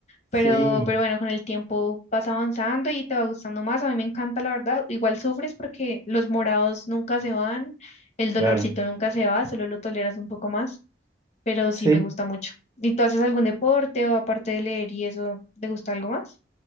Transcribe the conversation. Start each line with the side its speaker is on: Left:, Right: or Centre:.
Left: Pero,
Right: Sí,
Left: pero bueno, con el tiempo vas avanzando y te va gustando más. A mí me encanta, la verdad. Igual sufres porque los morados nunca se van, el
Right: claro.
Left: dolorcito nunca se va, solo lo toleras un poco más, pero
Right: Sí.
Left: sí me gusta mucho. ¿Y tú haces algún deporte o aparte de leer y eso, te gusta algo más?